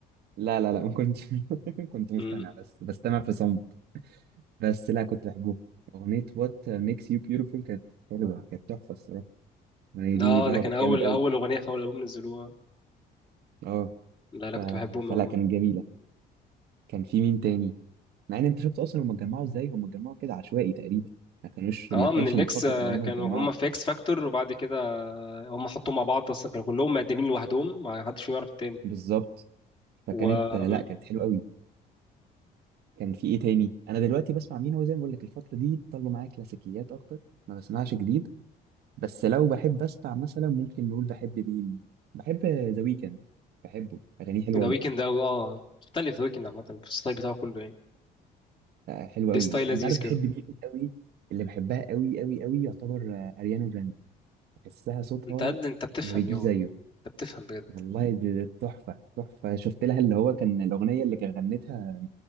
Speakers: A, on the right (about 70°); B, on the left (about 30°).
A: لا لا لا ما كنتش <laughs> كنت مستمع
B: مم.
A: بس بستمع في صمت بس لا كنت بحبهم اغنيه وات ميكس يو بيوتيفول كانت حلوه كانت تحفه الصراحه الاغنيه دي
B: اه
A: ضربت
B: ده كان اول
A: جامد قوي
B: اول اغنيه في اول البوم نزلوها
A: اه
B: لا انا
A: ف...
B: كنت بحبهم
A: فلا
B: أوي
A: كانت جميله كان في مين تاني مع ان انت شفت اصلا هم اتجمعوا ازاي هم اتجمعوا كده عشوائي تقريبا ما كانوش
B: اه
A: ما كانش
B: من الاكس
A: مخطط
B: آه،
A: ان هم
B: كانوا
A: يتجمعوا
B: هم في اكس فاكتور وبعد كده آه، هم حطوهم مع بعض اصلا كانوا كلهم مقدمين لوحدهم ما حدش فيهم يعرف التاني
A: بالظبط فكانت
B: و
A: لا
B: مم.
A: كانت حلوه قوي كان في ايه تاني انا دلوقتي بسمع مين هو زي ما بقول لك الفتره دي طلعوا معايا كلاسيكيات اكتر ما بسمعش جديد بس لو بحب اسمع مثلا ممكن نقول بحب مين بحب ذا ويكند بحبه اغانيه حلوه
B: ذا
A: قوي
B: ويكند اوي اه مختلف ذا ويكند عامه في الستايل بتاعه كله يعني
A: حلوه
B: ليه
A: قوي
B: ستايل لذيذ
A: انت عارف
B: كده
A: بحب مين قوي اللي بحبها قوي قوي قوي يعتبر اريانا جراندي بحسها صوتها
B: انت قد انت بتفهم
A: ما بيجيش
B: يابا
A: زيه
B: انت بتفهم بجد
A: والله دي دي تحفة تحفة شفت لها اللي هو كان الأغنية اللي كان غنتها